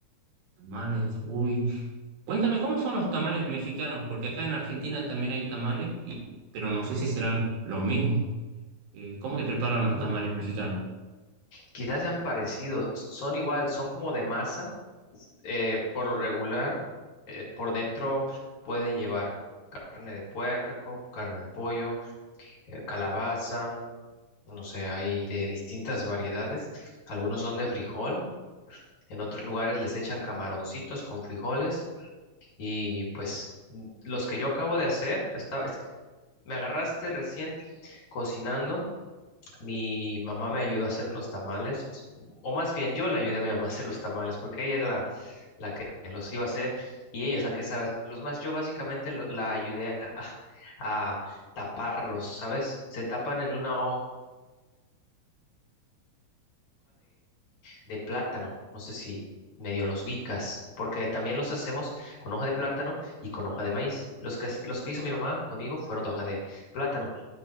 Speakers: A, on the right (about 70°); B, on the left (about 55°).
A: Tamales, uy. Cuéntame, ¿cómo son los tamales mexicanos? Porque acá en Argentina también hay tamales, y, pero no sé si serán lo mismo. Eh, ¿cómo te preparan los
B: Mm,
A: tamales mexicanos?
B: quizás sean parecidos, son igual, son como de masa, eh, por lo regular, eh, por dentro pueden llevar carne de puerco, carne de pollo, eh, calabaza, no sé, hay de distintas variedades, algunos son de frijol. En otros lugares les echan camaroncitos con frijoles, Y pues mm, los que yo acabo de hacer, está es me agarraste recién cocinando. Mi mamá me ayudó a hacer unos tamales, o más bien yo le ayudé a mi mamá a hacer los tamales, porque ella era la, la que los iba a hacer y ella es la que sabe hacerlos más. Yo básicamente lo- la ayudé a, a taparlos, ¿sabes? Se tapan en una hoja de plátano. No sé si medio los ubicas, porque también los hacemos con hoja de plátano y con hoja de maíz. Los que, los que hizo mi mamá conmigo fueron de hoja de plátano.